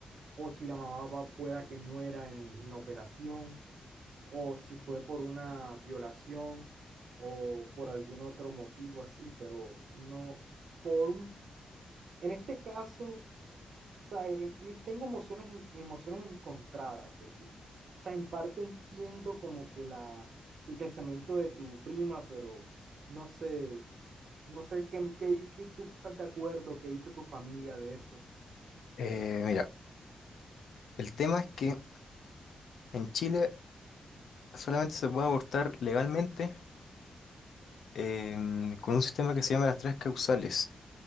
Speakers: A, on the right; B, on the left.
A: o si la mamá va- pueda que muera en, en la operación, o si fue por una violación o por algún otro motivo así, pero no, por un, en este caso, o sea, eh, ti- tengo emociones, en- emociones encontradas, porque, o sea, en parte entiendo como que la, el pensamiento de tu prima, pero no sé, no sé qué, qué, qué tú estás de acuerdo, qué dice tu familia de eso.
B: Eh, mira, el tema es que en Chile solamente se puede abortar legalmente em, con un sistema que se llama las tres causales,